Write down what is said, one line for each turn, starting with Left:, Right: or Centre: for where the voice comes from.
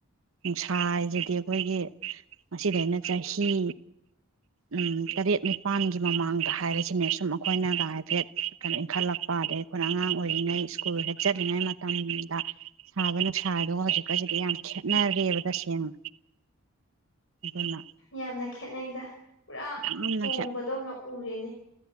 Right: ꯅꯨꯡꯁꯥ ꯍꯥꯏꯁꯤꯗꯤ ꯑꯩꯈꯣꯏꯒꯤ ꯉꯁꯤꯗ ꯑꯩꯅ ꯆꯍꯤ ꯎꯝ ꯇꯔꯦꯠ ꯅꯤꯄꯥꯜꯒꯤ ꯃꯃꯥꯡꯗ ꯍꯥꯏꯔꯤꯁꯤꯅꯦ ꯁꯨꯝ ꯑꯩꯈꯣꯏꯅꯒ ꯍꯥꯏꯐꯦꯠ ꯀꯩꯅꯣ ꯏꯟꯈꯠꯂꯛꯄ ꯑꯗꯒꯤꯩ ꯑꯩꯈꯣꯏꯅ ꯑꯉꯥꯡ ꯑꯣꯏꯔꯤꯉꯩ ꯁ꯭ꯀꯨꯜ ꯍꯦꯦꯛ ꯆꯠꯂꯤꯉꯩ ꯃꯇꯝꯗ ꯁꯥꯕ ꯅꯨꯡꯁꯥꯗꯨꯒ ꯍꯧꯖꯤꯛꯀꯁꯤꯗꯤ ꯌꯥꯝ ꯈꯦꯠꯅꯔꯦꯕ ꯇꯁꯦꯡꯅ ꯑꯗꯨꯅ
Left: ꯌꯥꯝꯅ ꯈꯦꯠꯅꯩꯗ ꯄꯨꯔꯥ
Right: ꯌꯥꯝꯅ
Left: ꯍꯣꯡꯕꯗꯧꯅ ꯎꯔꯦꯅꯦ